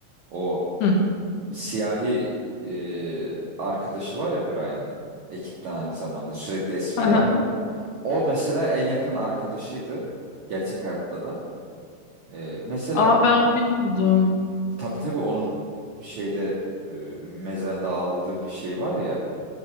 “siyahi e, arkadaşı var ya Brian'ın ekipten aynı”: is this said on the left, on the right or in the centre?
Right